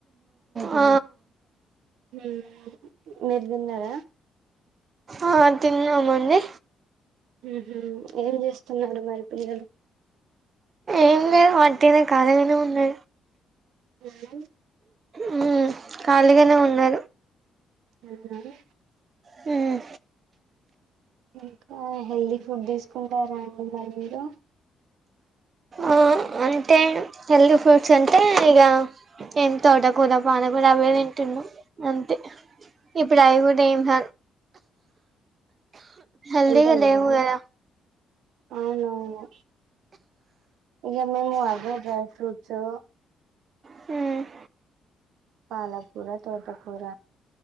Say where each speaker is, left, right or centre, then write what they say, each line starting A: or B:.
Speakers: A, on the right (about 45°); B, on the right (about 80°).
A: ఆ
B: హ్మ్ మీరు తిన్నారా
A: ఆ తిన్నామండి
B: హ్మ్ హు ఏం చేస్ స్తున్నారు మరి పిల్లలు
A: ఏం లేదు వట్టినే ఖాళీగానే ఉన్నాయి
B: <unintelligible>
A: హ్మ్ ఖాళీగానే ఉన్నారు
B: అవునా
A: హ్మ్
B: ఇంకా హెల్దీ ఫుడ్ తీసుకుంటారా అండి మరి మీరు
A: ఆ అంటే హెల్తీ ఫుడ్స్ అంటే ఇగ ఏం తోటకూర పానకూర అవే తింటున్నాం అంతే ఇప్పుడు అవి గూ డా దేంహ హెల్తీగా
B: తింటలేరా
A: లేవు గదా
B: అవునవును ఇగ మేము అవే డ్రై ఫ్రూట్ చు
A: హ్మ్
B: పాలకూర తోటకూర